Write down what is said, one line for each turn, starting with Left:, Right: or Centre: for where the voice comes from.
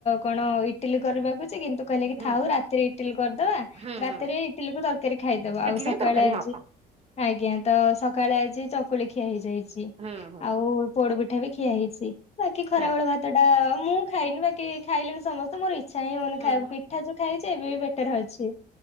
Left: କଣ ଇଟିଲି କରିବାକୁଚି କିନ୍ତୁ କହିଲେକି
Right: ହୁଁ
Left: ଥାଉ ରାତିରେ ଇଟିଲି କରିଦବା
Right: ହୁଁ
Left: ରାତିରେ
Right: ହୁଁ
Left: ଇଟିଲିକୁ ତରକାରୀ ଖାଇଦବ ଆଉ
Right: ଇଟଲି
Left: ସକାଳେ
Right: ତରକାରୀ ହଁ
Left: ଆଜି ଆଜ୍ଞା ତସକାଳେ ଆଜି ଚକୁଳି ଖିଆ ହେଇଯାଇଛି
Right: ହୁଁ ହୁଁ
Left: ଆଉ ପୋଡ଼ ପିଠାବି ବାକି ଖରାବେଳେ
Right: ହୁଁ
Left: ଭାତ ଟା ମୁଁ ଖାଇନି ବାକି ଖାଇଲେଣି ସମସ୍ତେ ମୋର ଇ ଇଛା ହିଁ ହଉନି
Right: ହୁଁ
Left: ଖାଇବାକୁ ପିଠା ଯୋଉ ଖାଇଛି ଏବେ ବି ପେଟରେ ଅଛି